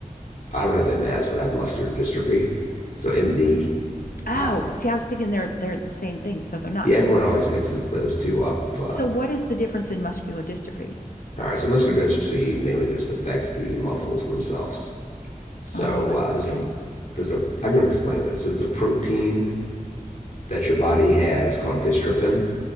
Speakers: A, on the left (about 60°); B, on the left (about 80°).
A: I don't have MS, but I have muscular dystrophy. So, MD.
B: Oh,
A: Um,
B: see, I was thinking they're they're the same thing, so they're not.
A: yeah, everyone
B: S-
A: always mixes those two up. Uh,
B: So what is the difference in muscular dystrophy?
A: all right, so muscular dystrophy mainly just affects the muscles themselves. So
B: Oh, I
A: uh,
B: see.
A: there's
B: Okay.
A: a there's a I can explain this. So there's a protein that your body has called dystrophin,